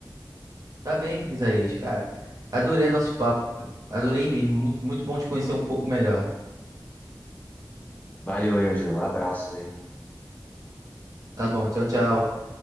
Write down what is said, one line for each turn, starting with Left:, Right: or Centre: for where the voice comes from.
Right: Tá bem, Isaías, cara. Adorei nosso papo, cara. Adorei mesmo. Muito, muito bom te conhecer um pouco melhor.
Left: Valeu, Ângelo. Abraços, hein?
Right: Tá bom, tchau, tchau.